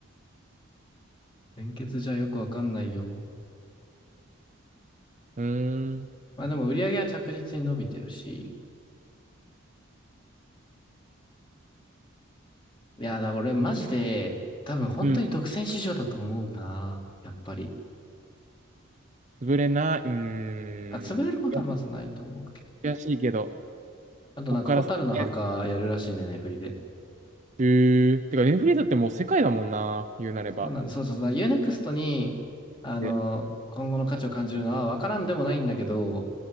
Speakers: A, on the left; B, on the right.
A: 連結じゃよくわかんないよ。
B: うーん、
A: まあでも売り上げは着実に伸びてるし。いや、だ、俺マジで、多分本当に独占市場だと思うな。
B: うん。
A: やっぱり。
B: 潰れない、うーん。
A: あ、潰れることはまずないと思うけど。
B: いや悔しいけど、
A: あとなんか、
B: こっから救って
A: ホタルの墓やるらしいね、ねフリで。
B: うー。てか、ネフリーだってもう世界だもんな、言うなれば。
A: そうなんで、そうそうそう。ユーネクストに、あの、
B: で、
A: 今後の価値を感じるのはわからんでもないんだけど、